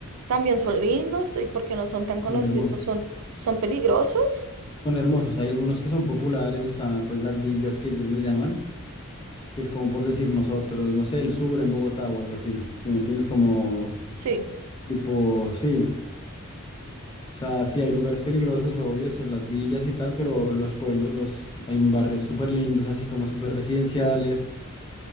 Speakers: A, on the right; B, on the left.
A: también son lindos y porque no son tan conocidos
B: son hermosos.
A: o son, son peligrosos.
B: Son hermosos. Hay algunos que son populares, está pues las villas que ellos le llaman, que es como por decir nosotros, no sé, el sur en Bogotá o algo así. Si me entiendes, como
A: Sí.
B: tipo, sí. O sea, sí hay lugares peligrosos, obvio, son las villas y tal, pero los pueblos, los, hay barrios súper lindos, así como súper residenciales.